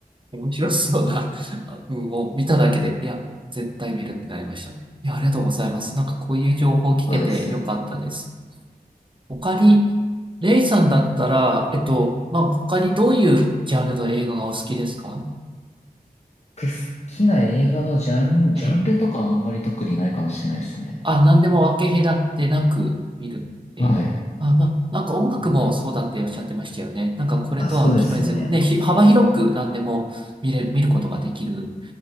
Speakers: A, on the right; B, on the left.
A: 面白そうな、あうんもう見ただけで、いや、絶対見るってなりました。いや、ありがとうございます。なんかこういう情報を聞けてよかったです。
B: そうです。で
A: 他に、レイさんだったら、えっと、まあ、他にどういうジャンルの映画がお好きですか
B: 好きな映画のジャン、ジャンルとかあんまり特にないかもしれないですね。
A: ええ。あ、何でも分け隔てなく見るって。
B: はい。
A: あ、まあ、なんか音楽もそうだっておっしゃってましたよね。
B: なんだろう。
A: なんかこれとは決めずに、
B: あ、そうですね。
A: ね、ひ幅広く何でも見れ、見ることができる。